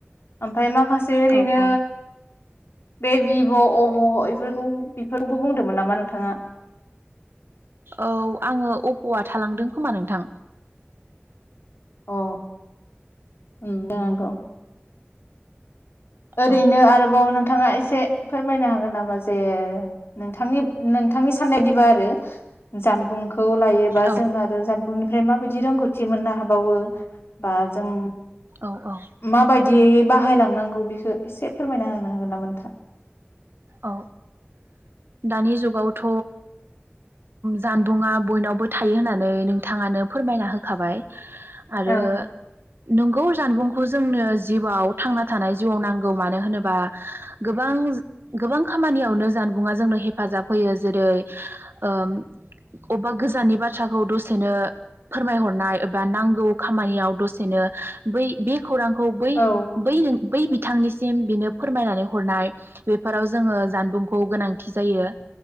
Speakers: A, on the left; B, on the right.
A: ओम फ्राय माखासे ओरैनो
B: औ औ
A: बे भिभ, ' अभ' इफोरखौ बेफोरखौबो बुंदोंमोन नामा नोंथाङा?
B: औ आङो अप'आ थालांदों खोमा नोंथां
A: अ उम जानांगौ। ओरैनो
B: औ
A: आरोबाव नोंथाङा एस से फोरमायनो हागोन नामा जे नोंथांनि नोंथांनि साननायदिबा आरो जानबुंखौ लायोबा
B: औ
A: जों आरो जानबुंनिफ्राय माबायदि रोंगौथि मोननो हाबावो बा जों
B: औ औ
A: माबायदियै बा बाहायलांनांगौ बेखौ एसे फोरमायना होनो हागोन ना नोंथां?
B: औ दानि जुगावथ' जानबुंङा बयनावबो थायो होननानै नोंथाङानो फोरमायना होखाबाय। आरो
A: औ
B: नोंगौ जानबुंखौ जोंनो जिउआव थांना थानाय जिउआव नांगौ मानो होनोबा गोबां गोबां खामानियावनो जानबुंङा जोंनो हेफाजाब होयो जेरै ओ अबा गोजाननि बाथ्राखौ दसेनो फोरमायहरनाय एबा नांगौ खामानियाव दसेनो बै बे खौरांखौ बै
A: औ
B: बै बै बि बिथांनिसिम बिनो फोरमायनानै हरनाय बेफोराव जोङो जानबुंखौ गोनांथि जायो।